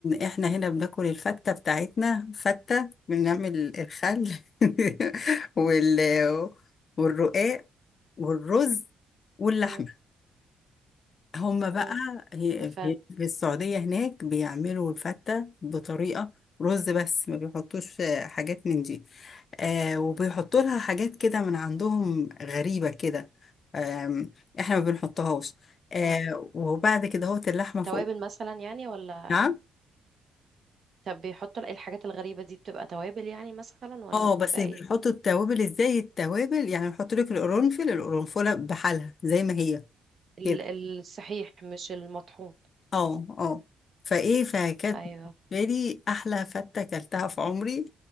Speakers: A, on the left; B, on the right.
A: احنا هنا بناكل الفته بتاعتنا فته بنعمل الخل <laughs> وال والرقاق والرز واللحمه
B: مم.
A: هما بقى
B: مم.
A: هي-
B: ده
A: في
B: فعلا
A: في السعودية هناك بيعملوا الفتة بطريقة رز بس ما بيحطوش آه، حاجات من دي آه وبيحطوا لها حاجات كده من عندهم غريبة كده آم، احنا ما بنحطهاش آه
B: اه
A: وبعد كده هوت اللحمة
B: توابل
A: فوق
B: مثلا يعني ولا
A: نعم
B: طب بيحطوا إيه الحاجات الغريبة دي بتبقى توابل يعني مثلا ولا
A: اه
B: بتبقى
A: بس بيحطوا
B: ايه
A: التوابل ازاي التوابل يعني بيحطوا لك القرنفل القرنفلة بحالها زي ما هي
B: ال-
A: كده
B: الصحيح مش المطحون
A: اه اه فايه فكانت
B: أيوه
A: بالنسبة لي احلى فتة اكلتها في عمري